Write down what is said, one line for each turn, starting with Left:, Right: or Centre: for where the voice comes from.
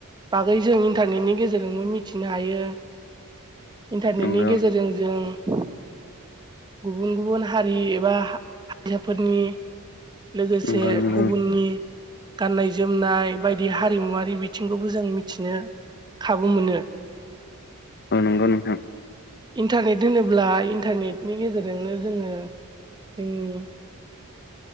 Right: बागै जों इन्टारनेटनि गेजेरजोंबो मिथिनो हायो। इन्टारनेटनि
Left: नंगौ
Right: गेजेरजों जों गुबुन गुबुन हारि एबा हारिसाफोरनि लोगोसे
Left: नंगौ नंगौ
Right: गुबुननि। गाननाय जोमनाय बायदि हारिमुवारि बिथिंखौबो जों मिथिनो खाबु मोनो।
Left: नंगौ नोंथां।
Right: इन्टारनेट होनोब्ला इन्टारनेटनि गेजेरजोंनो जोङो जोंनि